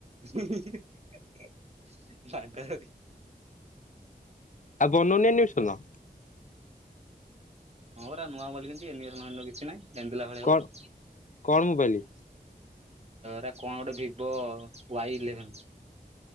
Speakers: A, on the right; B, on the left.
A: ହୁଁ-ହୁଁ-ହୁଁ-ହୁଁ ହୁଁ ବାଡାଧରିକି।
B: ଆଉ <unintelligible> ଶୁନ।
A: ହଁ ପରା ନୂଆ ବୋଲି କିତି ଏନି କିଛି ନହିଁ ଏନ୍ଧିଲା ଭଳିଆ
B: କଣ
A: ହଉଛି।
B: କଣ ମୋବାଇଲି?
A: ରା କଣ ଗୋଟେ ଭିବୋ ୱାଇ ଇଲେଭେନ।